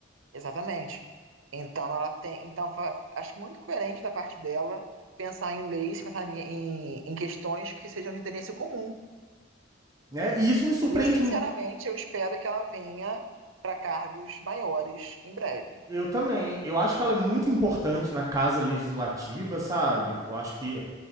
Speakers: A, on the right (about 80°); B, on the right (about 15°).
A: Exatamente. Então ela tem, então fa- acho muito coerente da parte dela pensar em leis, pensar em, em- em questões que sejam de interesse comum.
B: Né? E isso me surpreende.
A: E eu sinceramente
B: mu-
A: eu espero que ela venha para cargos maiores em breve.
B: Eu também. Eu acho que ela é muito importante na casa legislativa, sabe? Eu acho que,